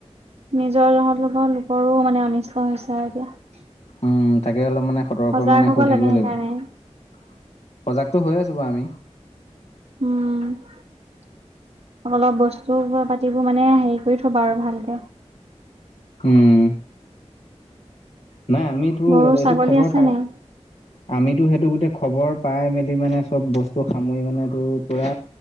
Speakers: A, on the right; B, on the left.
A: নিজৰ <unintelligible> লোকৰো মানে অনিষ্ট হৈছে আৰু এতিয়া
B: উম তাকে অলপ মানে সতৰ্ক
A: সজাগ
B: মানে
A: হ'ব
B: হৈ থাকিব
A: লাগে সেইকাৰণে।
B: লাগিব সজাগতটো হৈ আছো বা আমি
A: উম অলপ বস্তু পাতিবোৰ মানে হেৰি কৰি থবা আৰু ভালকে
B: উম নাই আমিতো
A: গৰু
B: এইটো
A: ছাগলী
B: খবৰ
A: আছে
B: পা
A: নাই?
B: আমি টো সেইটো গোটেই খবৰ পাই মেলি মানে চব বস্তু সামৰি মানে তোৰ পৰা